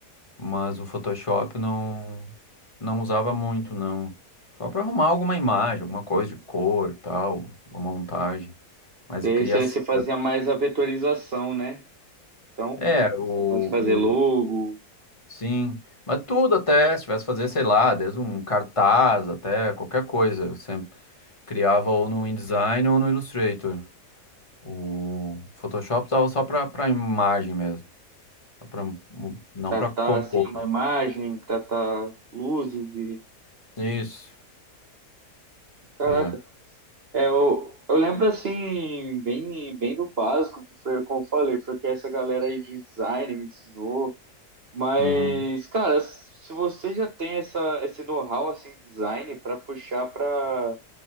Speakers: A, on the left; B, on the right.
A: mas o Photoshop não não usava muito, não. Só para arrumar alguma imagem, alguma coisa de cor, tal, uma montagem. Mas
B: você,
A: a criação,
B: você você fazia mais a vetorização, né? Então,
A: é,
B: você
A: o,
B: pode fazer logo,
A: o sim, mas tudo até, se tivesse que fazer, sei lá, desde um cartaz até qualquer coisa, eu sempre criava ou no InDesign ou no Illustrator. O Photoshop usava só para para imagem mesmo, só pra, mu- não
B: tratar
A: para compor.
B: assim uma imagem, tratar luzes e
A: Isso,
B: caraca,
A: é.
B: é eu, eu lembro assim bem bem do básico que foi como eu falei, foi que essa galera aí de design me ensinou, mas
A: Uhum.
B: cara, se você já tem essa esse know-how assim design para puxar para